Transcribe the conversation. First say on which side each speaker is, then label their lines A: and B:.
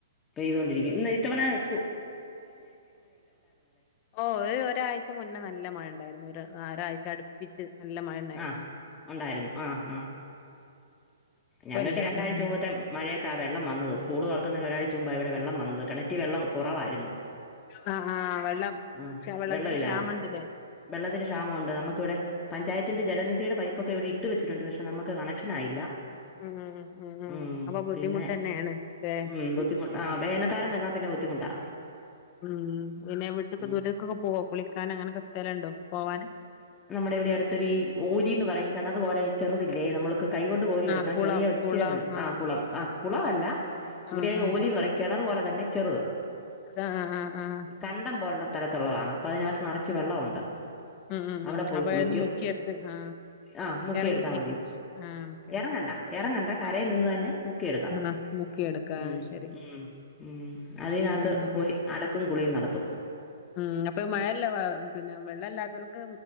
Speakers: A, on the left; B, on the left.
A: ഇപ്പെയ്തോൊണ്ടിരിക്കും ഇ ഇത്തവണ സ്
B: ഓ ഒരാഴ്ച മുന്നേ നല്ല മഴ ഉണ്ടായിരുന്നു ആരാഴ്ച അടുപ്പിച്ച് നല്ല മഴണ്ണായിരുന്നു
A: ആഹ് ഉണ്ടായിരുന്നു ആ ആ ഞങ്ങൾക്ക്
B: ഇപ്പല്ല
A: രണ്ടാഴ്ച
B: ഉം ഉം
A: മുമ്പത്തെ മഴയ വെള്ളം വന്നത് സ്കൂൾ വറക്കുന്നതിന് ഒരാഴ്ച മുമ്പ് ഇവിടെ വെള്ള വത് കണറ്റി വെള്ളം കുറവായിരുന്നു
B: ആ ആഹ വെള്ളം
A: ആഹ്
B: വെള്ളത്തി
A: വെള്ളമില്ലായിരുന്നു
B: ക്ഷാമ ഉണ്ടല്ലേ
A: വെള്ളത്തിന് ക്ഷാമുണ്ട് നമുക്കിവിടെ പഞ്ചായത്തി ജലനിധുടെ പൈപ്പൊക്കെ ഇവിടെട്ട വച്ചട്ടുണ്ട് പക്ഷെ നമക്ക് കണക്ഷനായില്ല
B: ഉം ഉം
A: ഉം
B: അപ്പൊ ബുദ്ധിമുട്ടെന്നേണ്
A: പിന്നെ
B: ല്ലേ
A: ഉം ബുദ്ധിമുട്ട ആഹ് വേനക്കാലാരം വ എന്നാ പിന്നെ ബുദ്ധിമുട്ടാ
B: ഉം ഇന്നെ വീട്ടക്കെ
A: ഉം
B: ദൂരത്തക്കൊക്കെ പോവോ കുളിക്കാന അങ്ങനൊക്കെ സ്ഥലുണ്ടോ പോവാന്
A: ടെ ഇവിടെ അടുത്തൊ ഓലിന്ന് പറയും കിണർ പോലെ ചെറുതില്ലേ നമ്മുക്ക് കൈ കൊൊണ്ട് എടുക്കാൻ
B: ആഹ് കുളം
A: ചെറിയ ഇച്ചിരി
B: കുളം
A: മതി
B: ആഹ്
A: ആ കുളും ആ കുളവമല്ല ഇവിടെ
B: ആഹ്
A: അതിന് ഓലി എന്ന് പറഞ്ഞ കിണർ പോോലെ തന്നെ ചെറുത്
B: ആഹ ആഹ ആഹ
A: കണ്ടം പോലുള്ള സ്ഥലത്തുള്ളതാണ് അപ്പൊ അതിനകത്ത് നിറച്ച് വെള്ളമുണ്ട്
B: ഉം ഉം
A: അവിടെ
B: ഉ
A: പോയി
B: അപ്പന്ന്
A: കുളിക്കും
B: മുക്കിയെടുത്ത് ആ
A: ആ മുക്കിയെടുത്താൽ
B: ഇറങ്ങി
A: മതി
B: ആ മുക്കെടുത്ത്
A: ഇറങ്ങണ്ട ഇറങ്ങണ്ട കരയിൽ നിന്ന് തന്നെ മുക്കിയെടുക്കാം
B: ആഹ് മുക്കിയെടുക്കാ
A: ഉ
B: ശരി
A: ഉ ഉ അതിനകത്ത്
B: പിന്നെ
A: പോയി അലക്കും കുളിയും നടത്തും
B: ഉം അപ്പൊ മഴയല്ല പിന്നെ വെള്ളമല്ലാത്തവർക്ക്